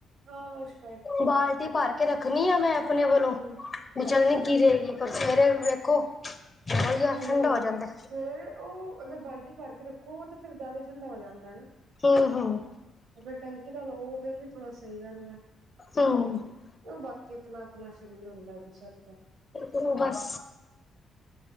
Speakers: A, on the right; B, on the left.
A: ਹਾ ਸ਼
B: ਬਾਲਟੀ ਭਰ ਕੇ ਰੱਖਣੀ ਆ ਮੈਂ ਆਪਣੇ ਵੱਲੋ।
A: ਹੂੰ,
B: ਮ ਚਲ
A: ਅੱਛਾ-ਅੱਛਾ
B: ਨਿੱਗੀ ਰਹੇਗੀ ਪਰ ਸਵੇਰੇ ਵੇਖੋ ਉਹੀ ਆ
A: ਹਮ
B: ਠੰਡਾ ਹੋ ਜਾਂਦਾ
A: ਫਿਰ ਉਹ ਅਗਰ ਬਾਲਟੀ ਭਰ ਕੇ ਰੱਖੋ ਤੇ ਫੇਰ ਜਾਦਾ ਠੰਡਾ ਹੋ ਜਾਂਦਾ ਨਾ।
B: ਹਮ-ਹਮ।
A: ਤੇ ਫਿਰ ਟੈਂਕੀ ਦਾ ਲੋ ਫੇਰ ਵੀ ਥੋੜਾ ਸਹੀ ਰਹਿੰਦਾ।
B: ਹੂੰ
A: ਉਹ ਬਾਕੀ ਆਪਣਾ ਆਪਣਾ ਸਰੀਰ ਹੁੰਦਾ ਵੀ ਸਭ ਦਾ।
B: ੳ ਬਸ।